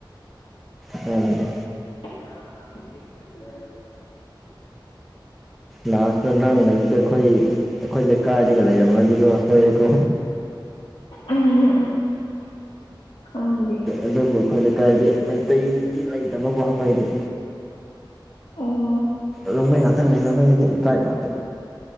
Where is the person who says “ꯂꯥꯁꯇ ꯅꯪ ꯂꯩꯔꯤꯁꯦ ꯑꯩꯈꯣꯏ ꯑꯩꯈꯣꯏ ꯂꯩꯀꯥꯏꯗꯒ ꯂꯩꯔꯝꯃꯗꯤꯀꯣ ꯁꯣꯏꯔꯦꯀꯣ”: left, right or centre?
Centre